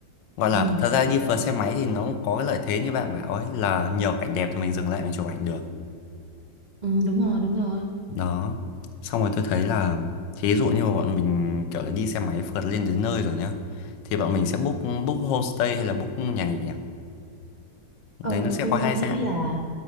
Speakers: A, on the left; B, on the right.
A: gọi là
B: ừ,
A: thật ra đi phượt xe máy thì nó cũng có cái lợi thế như bạn bảo ấy là nhiều cảnh đẹp thì mình dừng lại mình chụp ảnh được
B: ừ đúng rồi đúng rồi
A: đó xong rồi tôi thấy là thí dụ như bọn mình kiểu là đi xe máy phượt lên đến nơi rồi nhá thì bọn mình sẽ book book homestay hay là book nhà nghỉ nhỉ
B: ờ,
A: đấy nó sẽ
B: tôi
A: có hai
B: đang
A: dạng
B: nghĩ là